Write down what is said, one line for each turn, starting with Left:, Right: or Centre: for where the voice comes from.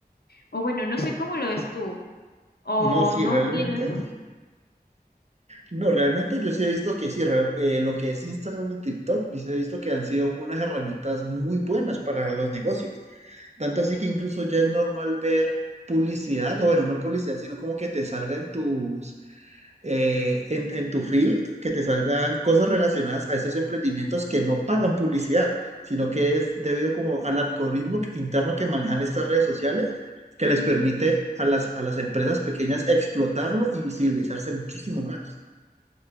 Left: o bueno, no sé cómo lo ves tú, o
Right: no, sí,
Left: no
Right: realmente.
Left: tienes
Right: No, realmente yo sí he visto que sí, re- eh, lo que es Instagram y TikTok, pues, he visto que han sido unas herramientas muy buenas para los negocios. Tanto así que incluso ya es normal ver publicidad, o bueno, no publicidad, sino como que te salga en tus, eh, en, en tu field, que te salgan cosas relacionadas a estos emprendimientos que no pagan publicidad, sino que es debido como al algoritmo interno que manejan estas redes sociales, que les permite a las, a las empresas pequeñas explotarlo y visibilizarse muchísimo más.